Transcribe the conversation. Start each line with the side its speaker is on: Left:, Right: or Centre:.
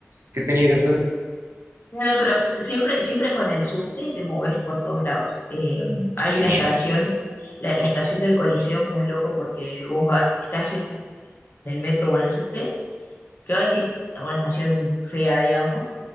Right: ¿Qué tenía que hacer?
Left: No, no, pero siempre, siempre con el subte te moves por todos lados. Eh, hay
Right: Genial.
Left: una estación, la, la estación del Coliseo es muy loco porque vos va- estás en el metro o en el subte, que vos decís, una estación fea, digamos,